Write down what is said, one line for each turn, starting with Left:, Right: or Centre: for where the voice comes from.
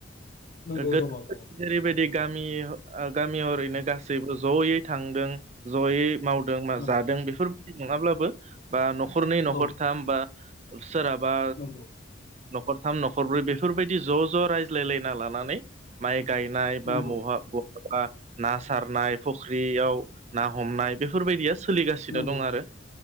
Left: नंगौ
Right: गो <unintelligible>
Left: दङ दङ
Right: जेरैबायदि गामि गामि हरैनो गासैबो ज'यै थांदों जयै मावदों मा
Left: नंगौ
Right: जादों बेफोरबायदि नङाब्लाबो बा न'खरनै न'खरथाम
Left: औ
Right: बा सोराबा
Left: नंगौ
Right: न'खरथाम न'खरब्रै बेफोरबायदि ज' ज' रायज्लायलायना लानानै माइ गायनाय बा
Left: नंगौ
Right: महा ब बा ना सारनाय फुख्रियाव ना हमनाय बेफोरबायदिया सोलिगासि
Left: नंगौ
Right: दं आरो